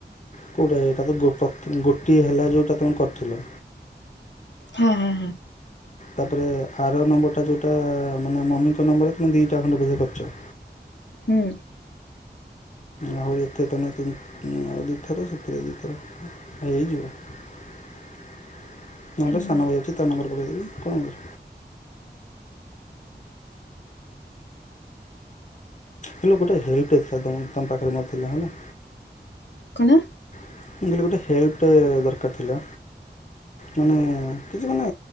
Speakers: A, on the left; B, on the left.
A: କୋଉଟା ଏଇଟା ତ ପ୍ର ଗୋଟିଏ ହେଲା ଯୋଉଟା ତମେ କରିଥିଲ।
B: ହଁ ହଁ ହଁ।
A: ତାପରେ ଆର ନମ୍ବର ଟା ଯୋଉଟା ମାନେ ମମିଙ୍କ ନମ୍ବର ତମେ ଦିଟା ଖଣ୍ଡେ ବୁଝେଇ କରିଛ।
B: ହୁଁ।
A: ଆଉ ଯେତେ ତମେ ତିନି ଆଉ ଦିଇଥର ସେଥିରେ ଦିଇଥର ହେଇଯିବ। ନହେଲେ
B: ହୁଁ
A: ସାନ ଭାଇ ଅଛି ତା ନମ୍ବର ବେବି କଣ କର? ହେ ଗୋଟେ ହେଲ୍ପ ଦେଇଥିଲା ତମ ପାଖରେ ମୋର ଥିଲା ହେଲା।
B: କଣ?
A: ମୁଁ କହିଲେ ଗୋଟେ ହେଲ୍ପଟେ ଦରକାର ଥିଲା ମାନେ କିଛି ମାନେ